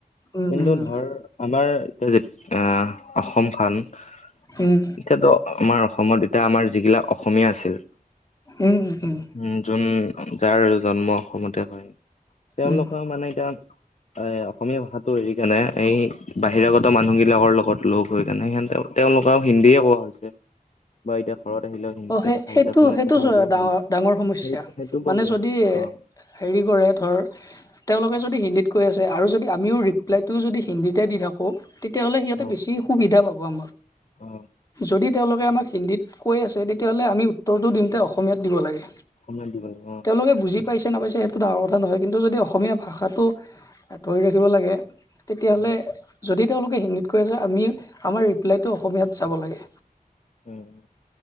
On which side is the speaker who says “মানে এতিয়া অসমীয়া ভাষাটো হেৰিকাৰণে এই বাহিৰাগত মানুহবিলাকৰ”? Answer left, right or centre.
Left